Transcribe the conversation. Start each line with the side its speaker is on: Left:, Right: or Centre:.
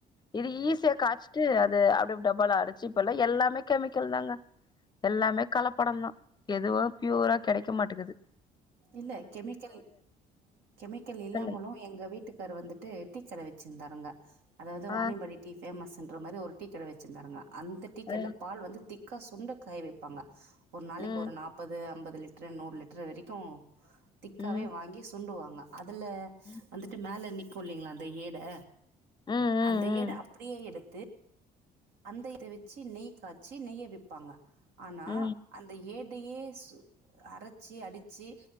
Left: இது ஈஸியா காய்சி ட்டு அது அப்டி டப்பாலா அடிச்சு இப்பெல்லா எல்லாமே கெமிக்கல் தாங்க எல்லாமே கலப்படம் தா எதுவு ப்யூரா கிடைக்க மாட்டேக்குது
Right: இல்ல கெமிக்கல் கெமிக்கல் இல்லாமலு
Left: சொல்லுங்க
Right: எங்க வீட்டுக்கார் வந்துட்டு டீ கடை வெச்சிருந்தாருங்க அதாவது வானியம்பாடி
Left: ஆ
Right: டீ ஃபேமஸ்ன்ற மாரி ஒரு டீ கடை வெச்சுருந்தாருங்க அந்த டீக்கடையில
Left: ஆ
Right: பால் வந்து திக் கா சுண்ட காய வைப்பாங்க ஒரு நாளைக்கு
Left: ம்
Right: ஒரு நாப்பது அம்பது லிட்டர் நூறு லிட்டர் வரைக் கு திக்காவே
Left: ம்
Right: வாங்கி சுண்டுவாங்க அதுல
Left: ம்
Right: வந்துட்டு மேல நிக் கு இல்லீங்களா அந்த ஏடை
Left: ம்
Right: அந்த ஏடை அப்படியே எடுத் அந்த இத வச்சு நெய் காய்ச்சி நெய்ய விப்பாங்க ஆனா
Left: ம்
Right: அந் த ஏடையே சு அரைச்சி அடிச்சு